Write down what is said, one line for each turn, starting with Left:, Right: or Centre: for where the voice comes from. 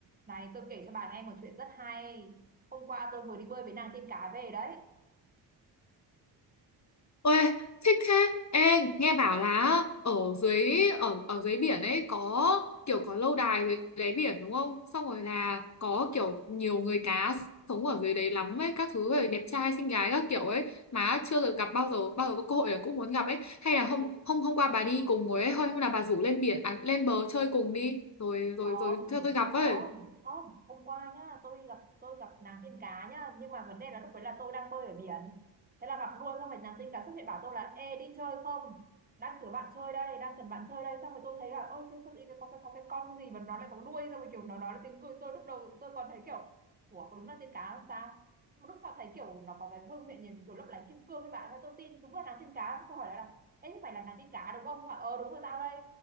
Right: Này tôi kể cho bà nghe một chuyện rất hay Hôm qua tôi vừa đi bơi với nàng tiên cá về đấy
Left: Ôi, thích thế. Ê, nghe bảo là ở dưới ở ở dưới biển ấy có kiểu có lâu đài dưới đáy biển đúng không? Xong rồi là có kiểu nhiều người cá sống ở dưới đấy lắm ấy, các thứ rồi đẹp trai xinh gái các kiểu ấy mà chưa được gặp bao giờ, bao giờ có cơ hội là cũng muốn gặp ấy. Hay
Right: <laughs>
Left: là hôm hôm hôm qua bà đi cùng ngồi ấy, thôi hôm là bà rủ lên biển à, lên bờ chơi cùng đi rồi rồi
Right: không
Left: rồi cho tôi gặp
Right: không
Left: với.
Right: không hôm qua nhá tôi gặp tôi gặp nàng tiên cá nhá nhưng mà vấn đề là lúc đấy là tôi đang bơi ở biển thế là gặp luôn xong rồi nàng tiên cá xuất hiện bảo tôi là ê đi chơi không đang kiểu bạn chơi đây đang cần bạn chơi đây xong rồi tôi thấy là ôi tương sao cái có cái có cái con gì mà nó lại có đuôi xong rồi kiểu nó nói là tiếng cười tôi lúc đầu tôi còn thấy kiểu ủa có đúng là tiên cá không ta nhưng mà lúc sau thấy kiểu nó có cái vương miện nhìn kiểu lấp lánh kim cương các bạn nên tôi tin đúng là nàng tiên cá tôi hỏi lại là ê thế phải là nàng tiên cá đúng không Nó ờ đúng rồi tao đây